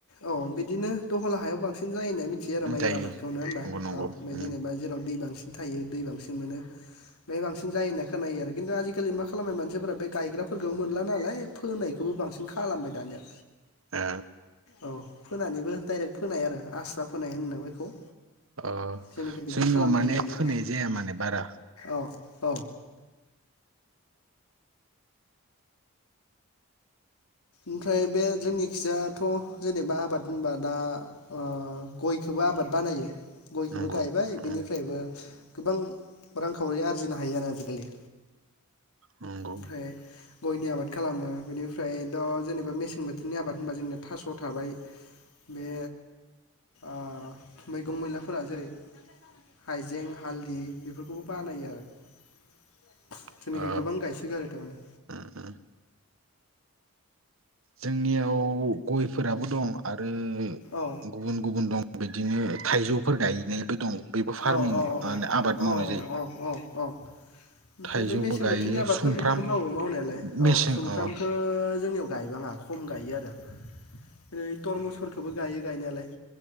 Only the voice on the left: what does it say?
औ बिदिनो दहला हायाव बांसिन। जायो होनना मिथियो आरो माइ
आबादखौनो ना होनबा
औ
बे जेनेबा जेराव दै बांसिन बांसिन थायो दै बांसिन मोनो बेमाय बांसिन जायो होनना खोनायो आरो खिन्थु आजिखालि मा खालामनाय मानसिफोरा बे गायग्राफोरखौबो मोनला नालाय फोनायखौबो बांसिन खालामबाय दानिया
औ फोनानैबो डाइरेक्ट फोनाय आरो। आस्रा फोनाय होननो बेखौ।
जोंनिखि बिदि
खालामो
आरो दानिया
औ औ। ओमफ्राय बे जोंनि खिजायाथ' जेनेबा आबाद होनबा दा ओ गयखौबो आबाद बानायो। गयखौबो
गायबाय
बेनिफ्रायबो गोबां रांखावरि आरजिनो हायो आरो आजिखालि
ओमफ्राय गयनि आबाद खालामो बेनिफ्राय द' जेनेबा मेसें बोथोरनि आबाद होनबा जोंनिया थास' थाबाय बे ओ मैगं मैलाफोरा जेरै हाइजें हालदि बेफोरखौबो बानायो आरो।
जेनिखि गोबां गायसै माने
औ
औ औ औ औ
औ
औ औ औ ओमफ्राय
बे मेसें
बोथोरनि आबादफोरखौबोथ'
मावो मावनायालाय
औ सुमफ्रामखौ
जोंनियाव गायबाङा खम गायो आरो। ओरै टरमसफोरखौ। खौबो गायो गायनायालाय